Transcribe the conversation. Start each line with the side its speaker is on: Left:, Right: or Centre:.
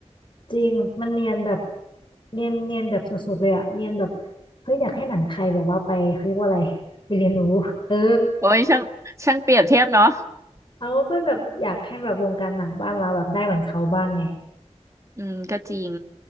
Left: จริงมันเนียนแบบเนียนเนียนแบบสุดๆเลยอ่ะเนียนแบบเฮ้ยอยากให้หนังไทยแบบว่าไปเขาเรียกว่าอะไรไปเรียนรู้เออ
Right: โอ้ยช่างช่างเปรียบเทียบเนาะ
Left: เขาก็แบบอยากให้แบบวงการหนังบ้านเราแบบได้เหมือนเขาบ้างไง
Right: อืมก็จริง